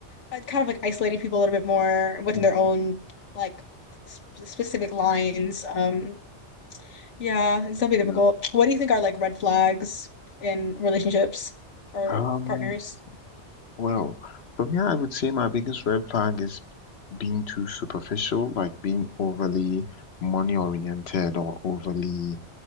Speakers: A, on the left (about 85°); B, on the left (about 65°).
A: uh, kind of like isolating people a little bit more within
B: mm
A: their own like sp specific lines. Um, yeah, it's definitely difficult.
B: Yeah.
A: What do you think are like red flags in relationships or
B: Um,
A: partners?
B: well, for me, I would say my biggest red flag is being too superficial, like being overly money oriented or overly